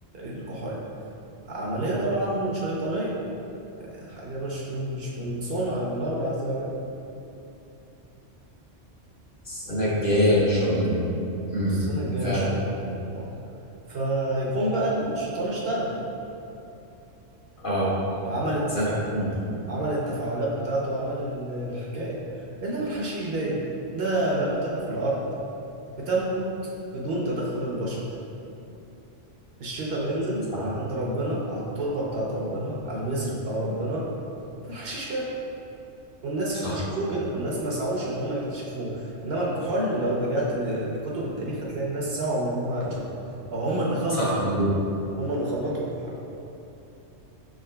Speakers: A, on the right; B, on the left.
A: الكحول عملية طبعا شيطانية يعني حاجة مش من مش من صنع المولى عز وجل
B: السنه الجايه نشرب منه امم
A: السنة الجاية
B: فعلا
A: نشرب منه اه فيكون بقى الشيطان اشتغل
B: اه
A: وعمل التفاعلات
B: سنه كتير
A: عمل التفاعلات بتاعته وعمل ال- الحكاية إنما الحشيش ده إيه؟ ده نبتة في الأرض بتنبت بدون تدخل البشر الشتاء بينزل
B: صح
A: من عند ربنا على التربة بتاعت ربنا على البذر بتاع ربنا فالحشيش بيطلع والناس
B: صح
A: اكتشفوه كده الناس ما سعوش ان هم يكتشفوه انما الكحول لو رجعت ل- لكتب التاريخ هتلاقي الناس سعوا ان هم يكتشفوه او هم اللي خلطوا
B: صح مظبوط
A: هم اللي خلطوا الكحول